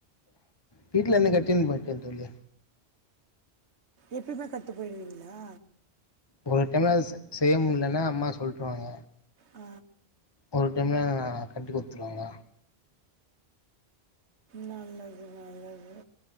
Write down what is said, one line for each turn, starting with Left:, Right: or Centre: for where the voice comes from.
Left: வீட்லருந்து கட்டினு போய்டே தோழி
Right: எப்பயுமே கட்டின் போய்டுவீங்களா
Left: ஒரு டையோ செய்ய முடிலன்னா அம்மா சொல்ட்ருவாங்க
Right: ஆ
Left: ஒரு டைம்ல கட்டி கேடுத்துருவாங்க
Right: நல்லது நல்லது